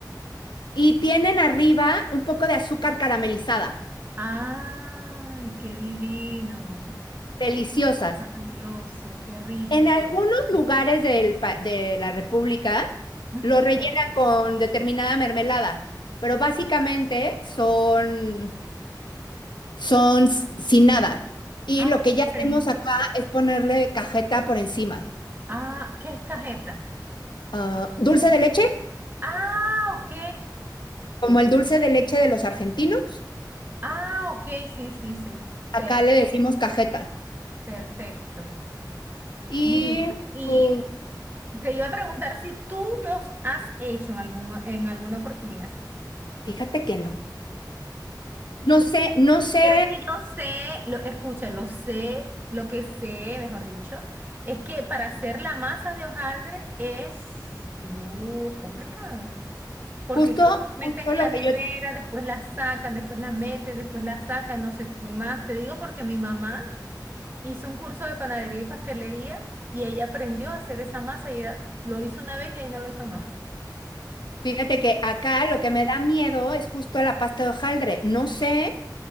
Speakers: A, on the left; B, on the right.
A: y tienen arriba un poco de azúcar caramelizada,
B: Ay, qué divino.
A: deliciosas.
B: Maravilloso, qué rico.
A: En algunos lugares del pa- de la República
B: Ujú.
A: lo rellenan con determinada mermelada, pero básicamente son, son s- sin nada. Y
B: Ah,
A: lo que ya hacemos
B: ok.
A: acá es ponerle cajeta por encima.
B: Ah, ¿qué es cajeta?
A: Ah, dulce de leche,
B: Ah, ok.
A: como el dulce de leche de los argentinos,
B: Ah, ok, sí, sí, sí. Sí,
A: acá le decimos cajeta.
B: perfecto.
A: Y
B: Mira, y
A: pues,
B: te iba a preguntar si tú los has hecho en algún, en alguna oportunidad.
A: fíjate que no. No sé, no sé,
B: Pero es que yo sé, lo, escucha, lo sé, lo que sé, mejor dicho, es que para hacer la masa de hojaldre es, uh, es complicado. Porque
A: justo,
B: creo que la
A: justo
B: meten en
A: lo
B: la
A: que
B: nevera,
A: yo
B: después la sacan, después la meten, después la sacan, no sé qué más. Te digo porque mi mamá hizo un curso de panadería y pastelería y ella aprendió a hacer esa masa y ella lo hizo una vez y ahí no lo hizo más.
A: Fíjate que acá lo que me da miedo es justo la pasta de hojaldre. No sé,